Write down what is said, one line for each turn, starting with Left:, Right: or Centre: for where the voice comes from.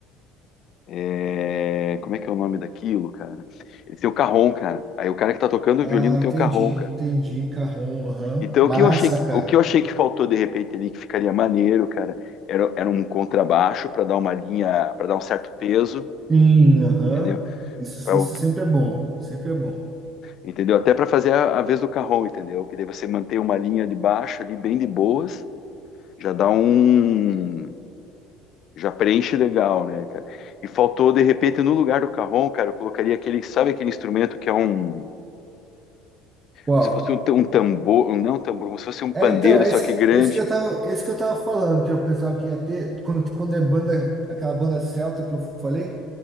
Left: é, como é que é o nome daquilo, cara? Eles têm o carrom, cara. Aí o cara que tá tocando
Right: Ah,
Left: o violino tem
Right: entendi,
Left: o carrom, cara.
Right: entendi, Carrom, aham.
Left: Então
Right: Massa,
Left: o que eu achei que,
Right: cara.
Left: o que eu achei que faltou de repente ali, que ficaria maneiro, cara, era, era um contrabaixo para dar uma linha, para dar um certo peso,
Right: Sim, aham.
Left: entendeu?
Right: Isso,
Left: Pra
Right: isso
Left: o-
Right: sempre é bom, sempre é bom.
Left: entendeu? Até para fazer a, a vez do carrom, entendeu? Que daí você manter uma linha de baixo ali bem de boas Já dá um. Já preenche legal, né, cara? E faltou, de repente, no lugar do carrom, cara, eu colocaria aquele, sabe aquele instrumento que é um.
Right: Qual?
Left: Como se fosse um, um tambor, um- não um tambor, como se fosse um pandeiro,
Right: É, então, esse,
Left: só que
Right: que-
Left: grande.
Right: esse que eu tava, esse que eu tava falando, que eu pensava que ia ter, quando, quando é banda, aquela banda celta que eu falei,